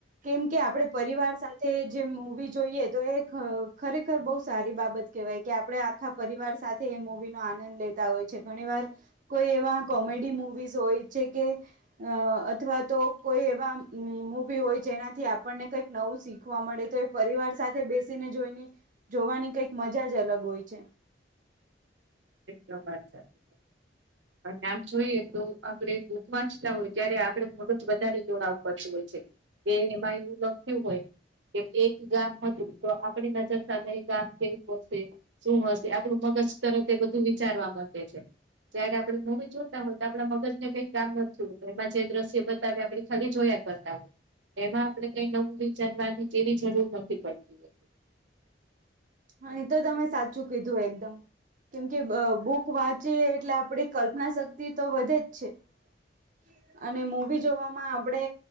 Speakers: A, on the right; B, on the right.
A: કેમ કે આપડે પરિવાર સાથે જે મુવી જોઈએ તો એ ખરેખર બહુ સારી બાબત કેહેવાય કે આપડે આખા પરિવાર સાથે એ મૂવી નો આનંદ લેતા હોય છે ઘણી વાર કોઈ એવા કોમેડી મુવીઝ હોય છે કે અ અથવા તો કોઈ એવા મુવી હોય જેનાથી આપણને કઈક નવું શીખ ખવા મળે તો એ પરિવાર સાથે બેસીને જોઈને જોવાની કઈક મજા જ અલગ હોય છે.
B: એકદમ વાત સાચી અને આમ જોઈએ તો આપડે વાચતા હોય ત્યારે આપડે થોડુક વધારે દોડાવ <unintelligible> પછ હોય છે એ એમાં એવું લખ્યું હોય કે એક ગામ હતું તો આપડી નજર સામે ગામ કેવું હશે શું હશે આપડું મન બસ તરત તે બધું વિચારવા માંડે છે. જયારે આપડણે મુવી જોતા હોય તો આપડા મગજ ને કઈક કામ નથી હોતું એમાં જે દ્રશ્ય બતાવે આપણે ખાલી જોયા કર બતાવે એમાં આપણે કઈ નવું વિચારવાની કેવી જરૂર નથી પડતી હો.
A: હ એ તો તમે સાચું કીધું એકદમ. કેમકે બુક વાંચીએ એટલે આપણે કલ્પના શક્તિ તો વધે જ છે.. <inaudible> અને મવી જોવામાં આપડે